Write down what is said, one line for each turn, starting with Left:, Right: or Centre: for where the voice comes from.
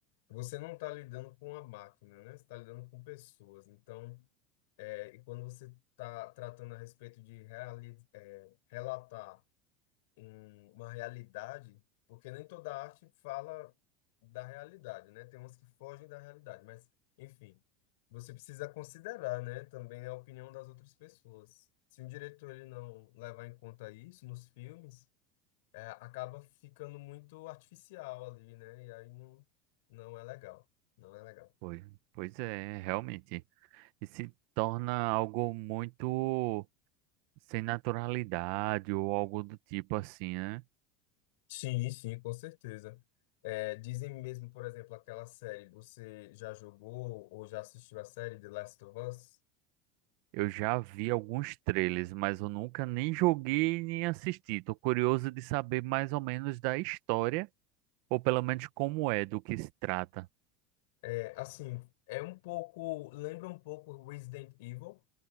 Left: você não está lidando com a máquina, né? Você está lidando com pessoas. Então, é, e quando você está tratando a respeito de reali- é, relatar um- uma realidade, porque nem toda arte fala da realidade, né? Tem umas que fogem da realidade, mas, enfim, você precisa considerar, né, também a opinião das outras pessoas. Se um diretor ele não levar em conta isso nos filmes, é, acaba ficando muito artificial ali, né? E aí não, não é legal. Não é legal.
Right: Pois, pois é, realmente. E se torna algo muito sem naturalidade ou algo do tipo assim, né?
Left: Sim, sim, com certeza. É, dizem mesmo, por exemplo, aquela série, você já jogou ou já assistiu a série The Last of Us?
Right: Eu já vi alguns trailers, mas eu nunca nem joguei nem assisti. Tô curioso de saber mais ou menos da história, ou pelo menos como é, do que se trata.
Left: É, assim, é um pouco, lembra um pouco Resident Evil,